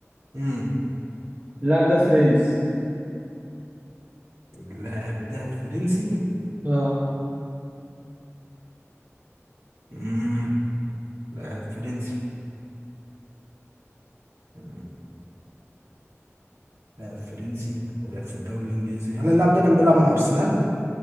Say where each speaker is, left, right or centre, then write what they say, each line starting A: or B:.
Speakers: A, on the right; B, on the right.
A: مم.
B: اللاعب ده فرنسي
A: اللاعب ده فرنسي
B: اه
A: مم. لاعب فرنسي مم. لاعب فرنسي ولعب في الدوري الانجليزي هل اللاعب ده كان بيلعب مع ارسنال